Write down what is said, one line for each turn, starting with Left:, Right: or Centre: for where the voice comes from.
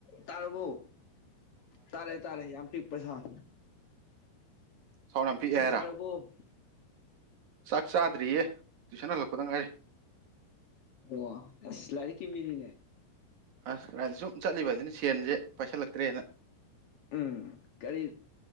Left: ꯇꯥꯔꯔꯕꯣ ꯇꯥꯔꯦ ꯇꯥꯔꯦ ꯌꯥꯝ ꯄꯤꯛꯄꯩ ꯁꯥꯥ
Right: ꯁꯥꯎꯔ ꯄꯤꯛꯑꯦ ꯍꯥꯏꯔ
Left: ꯆꯥꯔꯕꯣ
Right: ꯆꯥꯛ ꯆꯥꯗ꯭ꯔꯤꯌꯦ ꯇꯨꯏꯁꯟ ꯍꯜꯂꯛꯄꯗ ꯉꯥꯏꯔꯦ
Left: ꯑꯣ ꯑꯁ ꯂꯥꯏꯔꯤꯛꯀꯤꯃꯤꯅꯤꯅꯦ
Right: ꯑꯁ ꯁꯨꯝ ꯆꯠꯂꯤꯕ ꯑꯗꯨꯅ ꯁꯦꯟꯁꯦ ꯄꯥꯏꯁꯜꯂꯛꯇ꯭ꯔꯦꯅ
Left: ꯎꯝ ꯀꯔꯤ